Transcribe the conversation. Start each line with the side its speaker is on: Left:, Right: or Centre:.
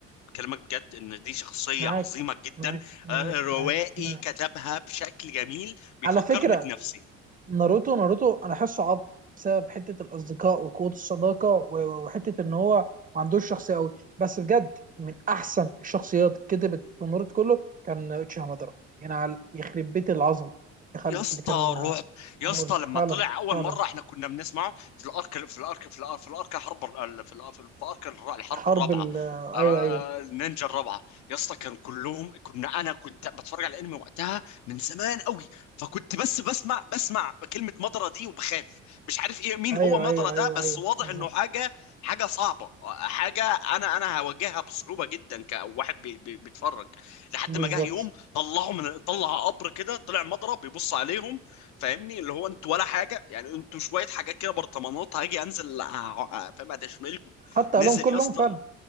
Left: بكلمك بجد ان دي شخصية
Right: معاك
Left: عظيمة جدا
Right: معاك معاك
Left: آه، روائي
Right: معاك معاك
Left: كتبها بشكل جميل بيفكرني
Right: على فكرة
Left: بنفسي
Right: ناروتو ناروتو أنا حاسه عض بسبب حتة الأصدقاء وقوة الصداقة و- وحتة إن هو ما عندوش شخصية أوي بس بجد من أحسن الشخصيات كتبت في ناروتو كله كان اوتشي هامادارا يعني على يخرب بيت العظمة التخلف
Left: يا اسطى
Right: اللي كان
Left: رعب يا
Right: معمول
Left: اسطى لما
Right: فعلا
Left: طلع اول
Right: فعلا
Left: مره احنا كنا بنسمعه في الارك في الارك في الارك في الارك حرب ال- في الارك في الارك الر- الحرب
Right: حرب
Left: الرابعه
Right: ال
Left: آه،
Right: أيوه أيوه
Left: النينجا الرابعه يا اسطى كانوا كلهم كنا انا كنت بتفرج على الانمي وقتها من زمان قوي فكنت بس بسمع بسمع كلمه مضرة دي وبخاف مش عارف ايه مين
Right: أيوه
Left: هو مضرة
Right: أيوه
Left: ده
Right: أيوه
Left: بس
Right: أيوه
Left: واضح
Right: بالظبط
Left: انه حاجه حاجه صعبه حاجه انا انا هواجهها بصعوبه جدا كواحد بي- بي- بيتفرج لحد
Right: بالظبط
Left: ما جه يوم طلعه من طلع قبر كده طلع مضرب بيبص عليهم فاهمني اللي هو انتوا ولا حاجه يعني انتوا شويه حاجات كده برطمانات هاجي انزل ع- ع- فاهم ادشملكم
Right: حتى
Left: نزل
Right: قالهم كلهم
Left: يا اسطى
Right: فعلا